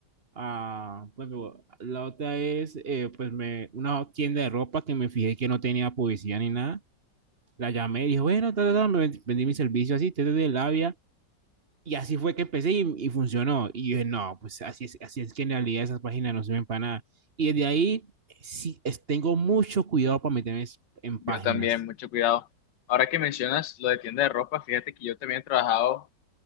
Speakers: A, on the right; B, on the left.
A: a pues digo, la otra es, eh, pues me, una tienda de ropa que me fijé que no tenía publicidad ni nada, la llamé y dije, bueno, ta, ta, ta, me vendí, vendí mi servicio así, desde de labia Y así fue que empecé y, y funcionó. Y yo dije, no, pues así es, así es que en realidad esas páginas no sirven para nada. Y desde ahí sí, es- tengo mucho cuidado para meterme es- en
B: Yo
A: páginas.
B: también, mucho cuidado. Ahora que mencionas lo de tienda de ropa, fíjate que yo también he trabajado,